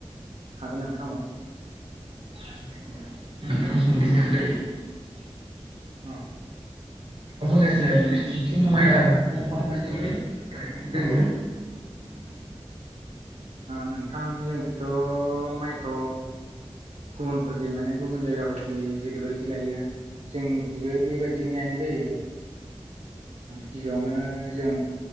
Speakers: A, on the right; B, on the right.
A: हागोन नोंथां औ
B: <unintelligible>
A: अ
B: बुंनायसाय नोंसिनिथिं माइ आबादखौ माबायदि गायनाय जायो औ <unintelligible>
A: नोंथां जोंखौथ' माइखौ गुबुनफोरखै माने गुबुन जायगाफोरखैयै जेरैबायदि गायो जोंनिखैबो बेबायदिजों गायनाय जायो गिबियावनो जों